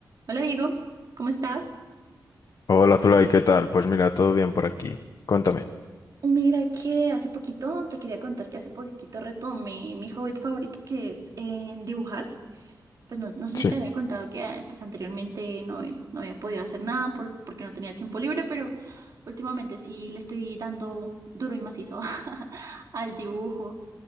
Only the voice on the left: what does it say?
Hola Zulay, ¿qué tal? Pues mira, todo bien por aquí. Cuéntame.
Sí,